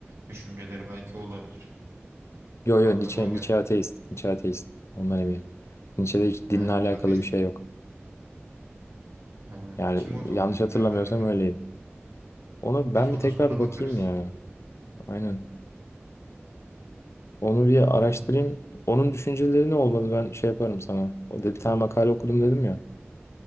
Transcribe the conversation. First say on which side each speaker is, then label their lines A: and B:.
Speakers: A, on the right; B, on the left.
A: Düşünceleri belki olabilir.
B: Yo yo
A: Aklıma
B: Nietzsche,
A: o
B: Nietzsche
A: geldi.
B: ateist. Nietzsche ateist. Ondan eminim. Nietzsche'de hiç dinle
A: Ha, Nietzsche
B: alakalı
A: ateist
B: bir şey
A: mi?
B: yok.
A: Ha,
B: Yani
A: kim o zaman
B: yanlış
A: acaba
B: hatırlamıyorsam
A: merak ettim.
B: öyleydi. Onu
A: Neyse
B: ben bir
A: ona
B: tekrar
A: sonra
B: bakayım
A: bakarız.
B: ya. Aynen. Onu bir araştırayım.
A: O-
B: Onun düşünceleri ne olmalı ben şey yaparım sana. O da bir tane makale okudum dedim ya.